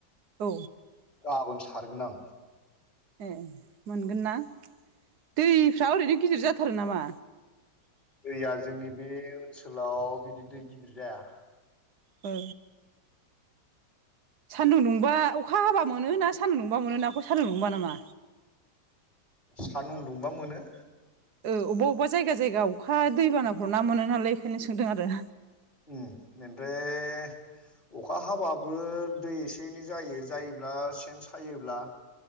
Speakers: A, on the right (about 65°); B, on the left (about 25°).
A: औ
B: गाबोन सारगोन आं।
A: ए मोनगोन ना दैफ्रा ओरैनो गिदिर जाथारो नामा?
B: दैया जोंनि बे ओनसोलाव बिदि दै गिदिर जाया।
A: औ। सान्दुं दुंबा अखा हाबा मोनो ना सान्दुं दुंबा मोनो नाखौ सान्दुं दुंबा नामा?
B: सानदुं दुंबा मोनो।
A: ओ अबा अबा जायगा जायगा अखा दैबानाफ्राव ना मोनो नालाय बेखायनो सोंदों आरो।
B: ओ बे <unintelligible> अखा हाबाबो दै एसे एनै जायो जायोब्ला सेन सायोब्ला